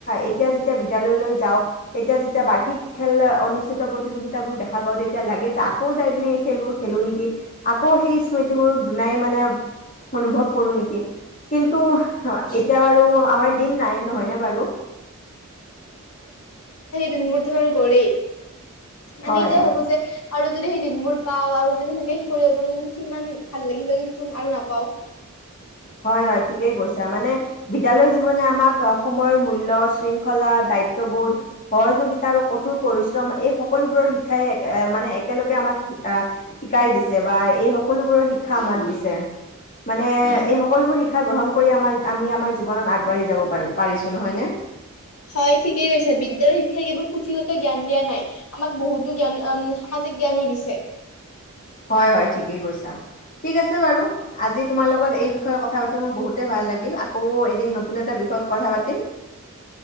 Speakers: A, on the left; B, on the left.
A: এতিয়া যেতিয়া বিদ্যালয়লৈ যাওঁ, তেতিয়া যেতিয়া বাৰ্ষিক খে খেল অনুচ যোগিতা, প্ৰতিযোগিতাবোৰ দেখা পাওঁ তেতিয়া লাগে যে আকৌ যাই পিনে সেই খেলবোৰ খেলো নেকি। আকৌ সেই স্মৃতিবোৰ দুনাই মানে অনুভৱ কৰো নেকি? কিন্তু এতিয়া বা‌ৰু আমাৰ দিন নাই নহয়নে বাৰু?
B: দিন <unintelligible> বাৰু গলেই। আমি
A: হয়
B: এতিয়াও ভাবো যে আৰু যদি সেই দিনবোৰ পাওঁ আৰু যদি সেনেকে সেই কৰিব পাৰো। কিন্তু কিমান ভাল লাগিল কিন্তু আৰু নাপাও।
A: হয়, হয় ঠিকেই কৈছা। মানে বিদ্যালয় জীৱনে আমাক সময়ৰ মূল্য, শৃংখলা, দায়িত্ববোধ, সহযোগিতা আৰু কঠোৰ পৰিশ্ৰম এই সকলোবোৰৰ শিক্ষাই মানে একেলগে আমাক আহ শিকাই দিছে বা এই সকলোবোৰৰ শিক্ষা আমাক দিছে। মানে এই সক সকলোবোৰ শিক্ষা গ্ৰহণ কৰি আমাৰ আমি আমাৰ জীৱনত আগবাঢ়ি যাব পাৰো। পাৰিছো, নহয় নে?
B: হয়, ঠিকেই কৈছে। বিদ্যালয়ৰ শিক্ষাই কেৱল পুথিগত জ্ঞান দিয়া নাই। আমাক বহুতো জ্ঞান আ সামাজিক জ্ঞানো দিছে।
A: হয় হয় থিকে কৈছা থিক আছে বাৰু আজি তোমাৰ লগত এই বিষয়ে কথা পাতি মোৰ বহোতে লাগিল আকৌ এদিন নতুন এটা বিষয়ত কথা পাতিম